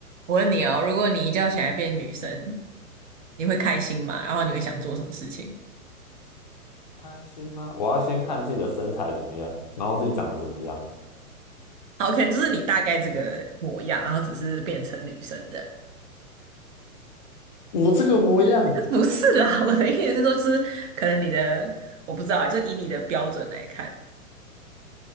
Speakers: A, on the right (about 60°); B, on the left (about 35°).
A: 我问你哦，如果你一觉醒来变女生，你会开心吗？然后你会想做什么事情？
B: 开心吗？我要先看自己的身材怎么样，然后自己长得怎么样。
A: 好，可能就是你大概这个模样，然后只是变成女生这样。
B: 我这个模样
A: <laughs> 不是啦，<laughs> 我的意思是说，就是可能你的，我不知道，就以你的标准来看，